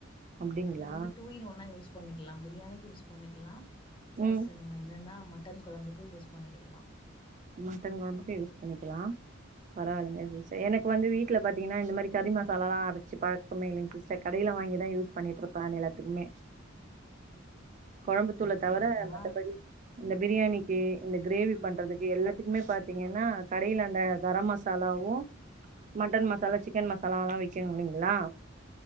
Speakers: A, on the right; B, on the left.
A: அப்டிங்களா
B: இது வந்து டூ இன் ஒன்னா யூஸ் பண்ணிக்லா பிரியாணிக்கி யூஸ் பண்ணிக்கிலா பிளஸ்
A: ம்
B: நம்ம என்னன்னா மட்டன் கொழம்புக்கு யூஸ் பண்ணிக்கிடலா
A: மட்டன் கொழம்புக்கு யூஸ் பண்ணிக்கலா. பரவால்லீங்க சிஸ்டர் எனக்கு வந்து வீட்ல பாத்தீங்கன்னா இந்த மாரி கறி மசாலாலா அரைச்சு பழக்கமே இல்லைங் சிஸ்டர் கடையில. தா வாங்கிதா யூஸ் பண்ணிட்டுருப்பே எல்லாத்துக்குமே. கொழம்புத்தூளத்
B: சரி சரி
A: தவர
B: நா
A: மத்தபடி இந்த பிரியாணிக். கி இந்த கிரேவி பண்றதுக்கு எல்லாத்துக்குமே பாத்தீங்கன்னா கடையில அந்த கரம் மசாலாவு மட்டன் மசாலா சிக்கன் மசாலால்லா விக்குல்லைங்ளா.